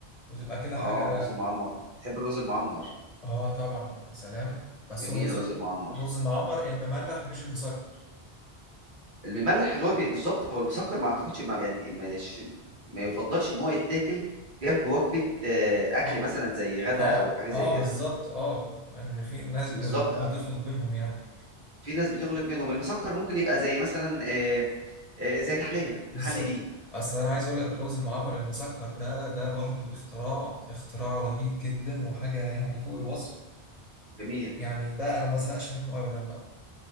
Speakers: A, on the left; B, on the right.
A: وتبقى كده حاجة
B: اه رز المعمر بتحب الرز المعمر
A: اه طبعا يا سلام بس
B: جميل
A: الرز
B: الرز المعمر
A: الرز المعمر المملح مش المسكر
B: المملح اللي هو بي- بالظبط هو المسكر ما اعتقدش ما يعني مش ما يفضلش ان هو يتاكل جنب وجبة آه،
A: اه
B: اكل مثلا
A: ب-
B: زي غدا
A: اه
B: او حاجة زي
A: اه
B: كده
A: بالظبط اه ان في ناس بت-
B: بالظبط
A: بت- بتخلط بينهم يعني
B: في ناس بتغلط منهم المسكر ممكن يبقى زي مثلا آه، آه، زي تحلية نحلي
A: بالظبط
B: بيه
A: اصل انا عايز اقول لك الرز المعمر المسكر ده ده لوحده اختراع اختراع رهيب جدا وحاجه يعني فوق الوصف
B: جميل
A: يعني ده انا ما ازهقش منه ابدا بقى